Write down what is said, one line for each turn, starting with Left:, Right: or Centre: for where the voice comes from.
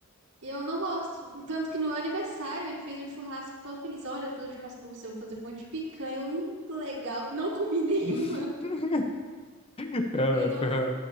Right: E eu não gosto. Tanto que no meu aniversário ele fez um churrasco todo feliz. Olha, eu vou fazer um churrasco pra você, eu vou fazer um monte de picanha. Eu, Hum, legal. Não comi <laughs> nenhuma,
Left: <laughs> É,
Right: porque, nossa,
Left: foi a,